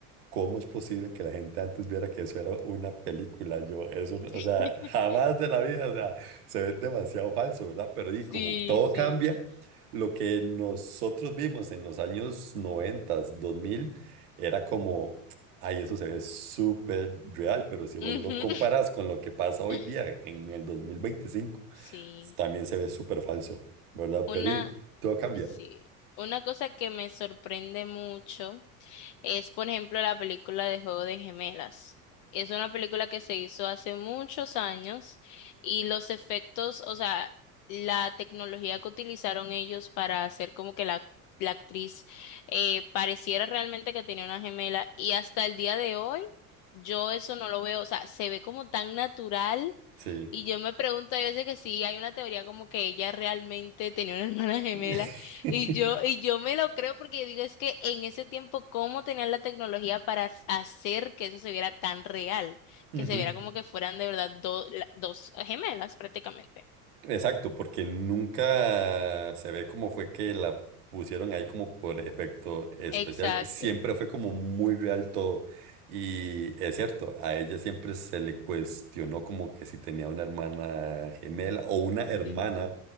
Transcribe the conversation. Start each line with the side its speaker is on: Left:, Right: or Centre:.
Right: ¿Cómo es posible que la gente antes viera que eso era una película? Yo, eso, no- o
Left: <laughs>
Right: sea, jamás de la vida, o sea, se ve demasiado falso, ¿verdad? Pero y
Left: Sí,
Right: como todo
Left: sí.
Right: cambia, lo que nosotros vimos en los años noventa, dos mil, era como, ay, eso se ve súper real, pero si vos
Left: Ujú.
Right: lo comparas con lo que pasa hoy
Left: <laughs>
Right: día, en el 2025,
Left: Sí.
Right: también se ve súper falso, ¿verdad?
Left: Una,
Right: Pero y todo cambia,
Left: sí. Una cosa que me sorprende mucho. es, por ejemplo, la película de Juego de Gemelas. Es una película que se hizo hace muchos años y los efectos, o sea, la tecnología que utilizaron ellos para hacer como que la, la actriz eh, pareciera realmente que tenía una gemela y hasta el día de hoy yo eso no lo veo, o sea, se ve como tan natural
Right: sí.
Left: y yo me pregunto, hay veces que sí, hay una teoría como que ella realmente tenía una <laughs> hermana gemela
Right: <laughs>
Left: y yo y yo me lo creo porque digo, es que en ese tiempo cómo tenían la tecnología para as- hacer que eso se viera tan real,
Right: Ujú.
Left: que se viera como que fueran de verdad do- la- dos gemelas prácticamente.
Right: Exacto, porque nunca se ve cómo fue que la pusieron ahí como por efecto especial.
Left: Exacto.
Right: Siempre fue como muy real todo. Y es cierto, a ella siempre se le cuestionó como que si tenía una hermana gemela o una hermana,
Left: Sí.